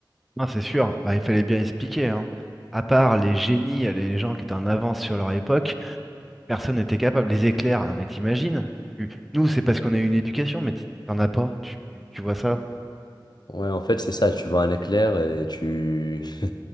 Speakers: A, in the centre; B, on the left (about 55°).
A: Non, c'est sûr, bah, il fallait bien expliquer, hein. À part les génies, les gens qui étaient en avance sur leur époque, personne n'était capable. Les éclairs, non mais t'imagines? Tu... Nous, c'est parce qu'on a eu une éducation, mais t- t'en as pas, tu, tu vois ça.
B: Ouais, en fait, c'est ça. Tu vois un éclair et tu... <laughs>